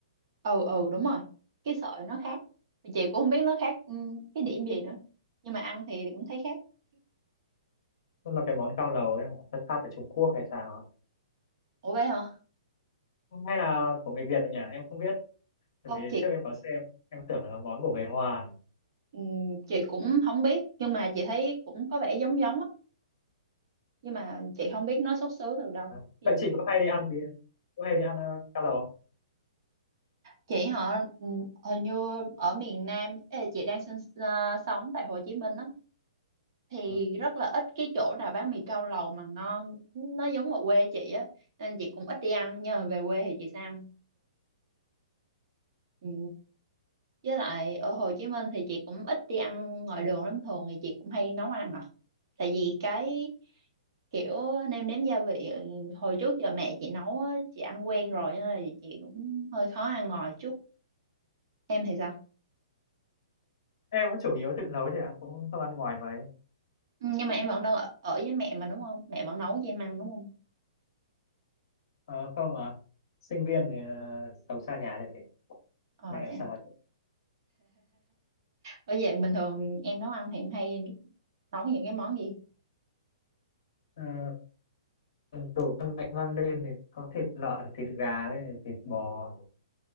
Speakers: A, on the right; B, on the left.
A: ừ ừ đúng rồi cái sợi nó khác Thì chị cũng không biết nó khác ừ, cái điểm gì nữa nhưng mà ăn thì cũng thấy khác
B: nhưng mà cái món cao lầu ấy là xuất phát từ Trung Quốc hay sao á?
A: ủa vậy hả
B: hay là của người Việt rồi nhỉ em không biết bởi
A: Ồ,
B: vì
A: chị
B: trước em có xem em tưởng là món của người Hoa
A: ừ, chị cũng không biết nhưng mà chị thấy cũng có vẻ giống giống á nhưng mà chị không biết nó xuất xứ từ đâu
B: Đấy.
A: chị
B: vậy chị có hay đi ăn mì có hay đi ăn à, cao lầu không
A: chị họ ừ, hình như ở miền Nam ê, chị đang sinh ờ, sống tại Hồ Chí Minh á thì
B: Vâng.
A: rất là ít cái chỗ nào bán mì cao lầu mà ngon nó giống ở quê chị á nên chị cũng ít đi ăn nhưng mà về quê thì chị sẽ ăn Ừ. Với lại ở Hồ Chí Minh thì chị cũng ít đi ăn ngoài đường lắm thường thì chị cũng hay nấu ăn à. Tại vì cái kiểu nêm nếm gia vị ừ, hồi trước giờ mẹ chị nấu á, chị ăn quen rồi nên là chị cũng hơi khó ăn ngoài chút. Em thì sao?
B: em cũng chủ yếu tự nấu thôi ạ cũng không ăn ngoài mấy
A: Ừ, Nhưng mà em vẫn đang ở, ở với mẹ mà đúng không? Mẹ vẫn nấu cho em ăn đúng không?
B: Ờ, không à sinh viên thì ờ, sống xa nhà thì phải
A: Ờ
B: mẹ làm
A: thế.
B: sao
A: à?
B: mà
A: Bởi vậy bình thường em nấu ăn thì em hay nấu những cái món gì?
B: Ờ, đồ ăn mạnh mang lên thì có thịt lợn thịt gà với thịt bò